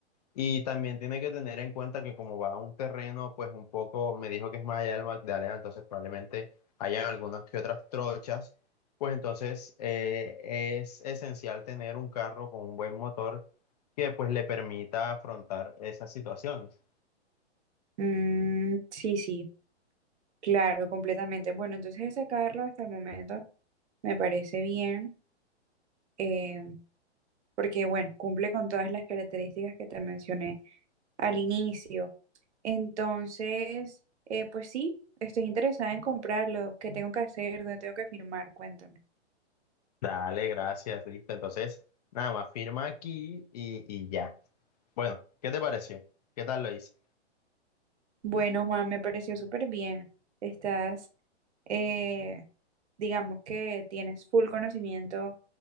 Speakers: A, on the left; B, on the right.
A: Y también tiene que tener en cuenta que como va a un terreno, pues un poco, me dijo que es más allá del Magdalena, entonces probablemente hayan algunas que otras trochas, pues entonces eh, es esencial tener un carro con un buen motor que pues le permita afrontar esas situaciones.
B: Mm, sí, sí, claro, completamente. Bueno, entonces ese carro hasta el momento me parece bien, eh, porque bueno, cumple con todas las características que te mencioné al inicio. Entonces, eh, pues sí, estoy interesada en comprarlo. ¿Qué tengo que hacer? ¿Dónde tengo que firmar? Cuéntame.
A: Dale, gracias, listo. Entonces, nada más firma aquí y, y ya. Bueno, ¿qué te pareció? ¿Qué tal lo hice?
B: Bueno, Juan, me pareció súper bien. Estás, eh, digamos que tienes full conocimiento